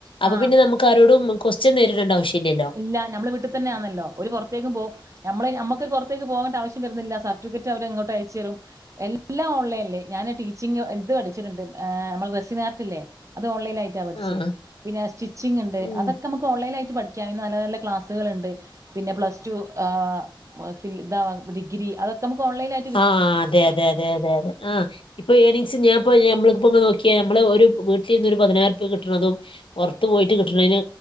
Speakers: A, on the left; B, on the right.
A: അപ്പ
B: ആഹ്
A: പിന്നെ നമുക്ക് ക്കാരോടും ക്യസ്റ്റ്യൻ നേരിടണ്ട ആവശ്യല്ലലൊ
B: ഇല്ല നമ്മള് വീട്ടി തന്നൊയാന്നല്ലൊ ഒരു പൊറ്ത്തേക്കും പോ നമ്മള് നമ്മുക്ക് പൊറ്ത്തേക് പോകണ്ട ആവശ്യം വരുന്നില്ല സർട്ടിഫിക്കറ്റ് അവര് ഇങ്ങോട്ട് അയച്ചേരും എല്ലാം ഓൺലൈൻല് ഞാൻ ടീച്ചിങ് ഇത് പഠിച്ചിണ് ണ്ട് ഏഹ് നമ്മള റെസിനാർട്ടില്ലെ അത് ഓൺലൈൻ ആയിട്ട പഠിച്ചെ
A: ആഹ്
B: പിന്നെ സ്റ്റിച്ചിങ്ങ്ണ്ട്
A: ഉം.
B: അതൊക്ക നമുക്ക് ഓൺലൈനായിട്ട് പഠി നല്ല നല്ല ക്ലാസ്സ്കള്ണ്ട് പിന്ന പ്ലസ്ട്ടു ഏഹ് ഫി ഡിഗ്രി അതൊക്ക നമുക്ക് ഓൺലൈൻലായിട്ട്
A: ആഹ് അതെ അതെ അതെ അതെ അതെ ആഹ് ഇപ്പ ഏർണിങ്സ് ഞാൻപ്പൊ നമ്മളിപ്പൊന്ന് നോക്ക്യേ നമ്മള് ഒരു വീട്ടിലിരിന്ന് ഒരു പതിനാർപ്യ കിട്ട്ണതും പൊറ്ത്തു പോയിട്ട് കിട്ട്ണേന്